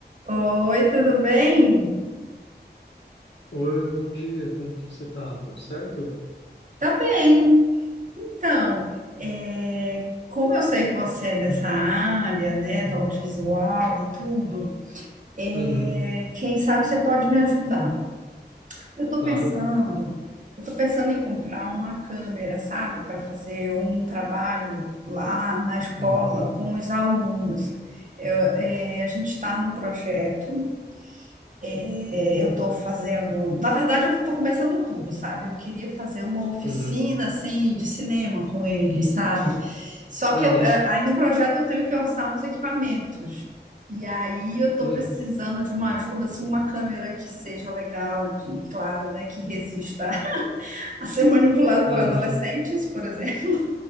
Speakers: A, on the right; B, on the left.
A: Oi, tudo bem?
B: Oi, bom dia, como que você tá? Tudo certo?
A: Tá bem. Então, é, como eu sei que você é dessa área, né, do audiovisual e tudo, é,
B: Uhum,
A: quem sabe você pode me ajudar. Eu tô
B: claro.
A: pensando, eu tô pensando em comprar uma câmera, sabe, para fazer um trabalho lá na escola
B: Uhum,
A: com os alunos. Eu- é, a gente está num projeto É, eu estou fazendo, na verdade, eu estou começando tudo, sabe? Eu queria fazer uma oficina
B: uhum,
A: assim de cinema com eles, sabe? Só que
B: uhum,
A: eu, é, aí no projeto eu tenho que orçar uns equipamentos. E aí eu estou
B: uhum,
A: precisando de uma ajuda, assim, uma câmera que seja legal e, claro, né, que resista <laughs> a ser manipulada
B: uhum,
A: por adolescentes, por exemplo.